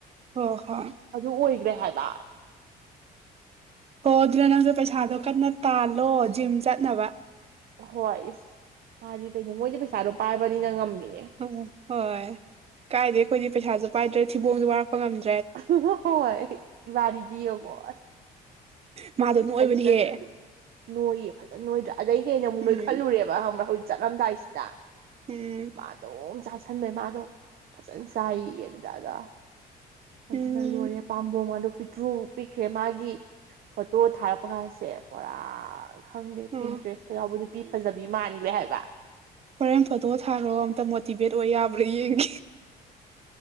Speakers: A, on the right; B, on the right.
A: ꯍꯣ ꯍꯣꯏ
B: ꯑꯗꯨ ꯑꯣꯏꯈ꯭ꯔꯦ ꯍꯥꯏꯕ
A: ꯑꯣꯣ ꯑꯗꯨꯅ ꯅꯪꯁꯨꯣ ꯄꯩꯁꯥꯗꯣ ꯀꯟꯅ ꯇꯥꯜꯂꯣ ꯖꯤꯝ ꯆꯠꯅꯕ
B: ꯍꯣꯏ ꯏꯁ ꯐꯗꯤ ꯀꯩꯅ ꯃꯣꯏꯗꯤꯦ ꯄꯩꯁꯥꯗꯣ ꯄꯥꯏꯕꯅꯤꯅ ꯉꯝꯃꯦ
A: ꯑꯣ ꯍꯣꯏ ꯀꯥꯏꯗ ꯑꯩꯈꯣꯏꯗꯤ ꯄꯩꯁꯥꯁꯨ ꯄꯥꯏꯗ꯭ꯔꯒ ꯊꯤꯕꯣꯡꯁꯨ ꯋꯥꯔꯛꯄ ꯉꯝꯗ
B: ꯍꯣꯏꯣꯏ ꯋꯥꯔꯤꯔꯤꯗꯤꯣꯕꯁ
A: ꯃꯥꯗꯣ ꯅꯣꯛꯑꯣꯏꯕꯅꯤꯍꯦ
B: ꯑꯌꯨꯛꯇ ꯆꯠꯂꯨꯔꯦ ꯅꯣꯏꯌꯦ ꯐꯖꯅ ꯅꯣꯏꯗ꯭ꯔꯥ ꯑꯗꯩ ꯍꯦꯟꯅ ꯑꯃꯨꯛ
A: ꯎꯝ
B: ꯅꯣꯏꯈꯠꯂꯨꯔꯦꯕ ꯍꯪꯕ꯭ꯔꯥ ꯍꯧꯖꯤꯛ ꯆꯠꯂꯝꯗꯥꯏꯁꯤꯗ
A: ꯎꯝ
B: ꯃꯥꯗꯣꯝ ꯁꯥ ꯈꯟꯕꯩ ꯃꯥꯗꯣ ꯐꯖꯅ ꯆꯥꯏꯌꯦ ꯑꯗꯨꯗ ꯑꯗ ꯇꯥꯗ
A: ꯎꯝ
B: ꯂꯔ ꯄꯥꯝꯕ ꯃꯥꯥꯗꯨ ꯄꯤꯊ꯭ꯔꯨ ꯄꯤꯛꯈ꯭ꯔꯦ ꯃꯥꯒꯤ ꯐꯣꯇꯣ ꯊꯥꯔꯛꯄ ꯀꯁꯦ ꯄꯨꯔꯥ ꯈꯪꯗꯦ
A: ꯑꯣ
B: ꯄꯟꯇ꯭ꯔꯦꯁꯇ ꯌꯥꯎꯕ ꯅꯨꯄꯤ ꯐꯖꯕꯤ ꯃꯥꯟꯈ꯭ꯔꯦ ꯍꯥꯏꯕ
A: ꯍꯣꯔꯦꯟ ꯐꯣꯇꯣ ꯊꯥꯈ꯭ꯔꯣ ꯑꯝꯇ ꯃꯣꯇꯤꯚꯦꯠ ꯑꯣꯏ ꯌꯥꯕ꯭ꯔꯥ ꯌꯦꯡ